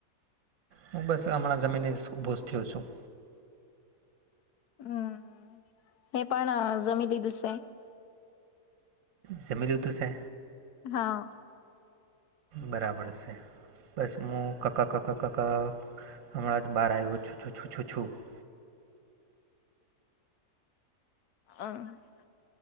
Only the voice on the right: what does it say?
હું બસ હમણાં જમીને જ ઊભો થયો છું.
જમી લિધુ સે
બરાબર છે. <unintelligible>